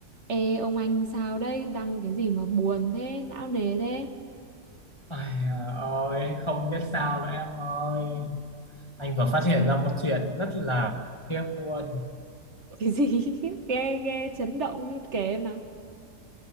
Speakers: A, on the right; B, on the left.
A: Ê ông anh sao đấy đăng cái gì mà buồn thế não nề thế
B: Ai à, ôi không biết sao nữa em ơi anh vừa phát hiện ra một chuyện rất là tiếc luôn
A: cái gì <laughs> ghê ghê chấn động kể em nào